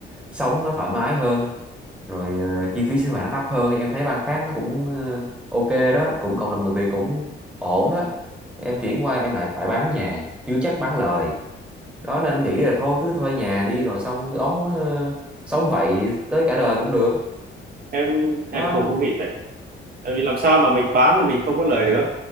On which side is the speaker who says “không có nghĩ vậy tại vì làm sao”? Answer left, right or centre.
Right